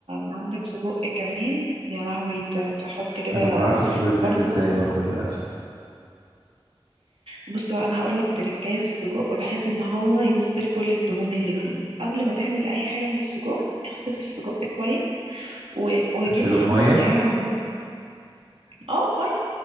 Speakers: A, on the right; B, on the right.
A: عندك سجق كمان يا لهوي ت- تحط كده
B: انا ما بعرفش السجق بيتعمل
A: برضه
B: ازاي برضو للاسف
A: بص بقى انا هقول لك تركايه في السجق بحيث ان هو ينزل كل الدهون اللي فيه قبل ما تعمل اي حاجه في السجق اغسل السجق كويس و... وجيب
B: اغسله
A: حله
B: بمية
A: صغيره على النار اه ميه